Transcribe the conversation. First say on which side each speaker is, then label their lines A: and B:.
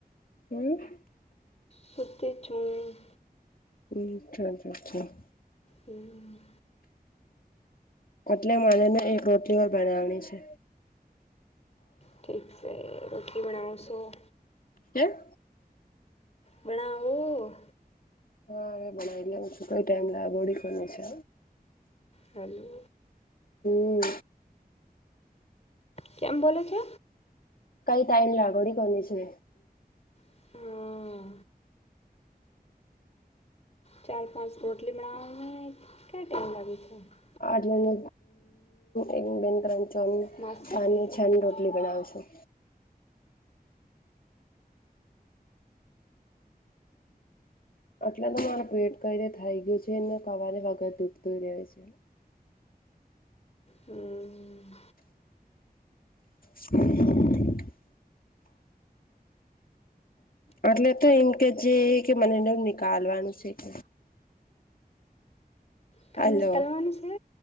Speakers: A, on the left; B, on the left.
A: હમ
B: શતે છું.
A: હ, અચ્છા અચ્- અચ
B: હમ્મ
A: એટલે મનેને એક રોટલી વા બનાવની છે.
B: ઠીક છે. રઠી બના સૌ
A: કેમ
B: બનાઓ
A: હા, હવે બનાવી લઉં છું કઈ ટાઈમ લગોડી કો છે.
B: હલો
A: હમ્મ
B: કેમ બોલો છે.
A: કઈ તઇમ લાગવડી કોની છે.
B: હા ચાર પાંચ રોટલી બનાઓને ક ટાઈમ લાગ્યું છે.
A: આટલે એક બેન ક્રચો
B: માસ્તર
A: અને
B: ખાઈ રહ્યા
A: છની, રોટલી બનાવીશું એટલે તો માર પેટ કઈ ર થઈ ગયું છે એને કવારે વગર દૂબતું રહે છે.
B: હમ્મ
A: <inaudible> <unintelligible> એટલે તો એમ કે જે કે મને એને એ નનીિકાલવાનું છે, કે
B: કંઈ
A: હલો
B: નીકળવાનું છે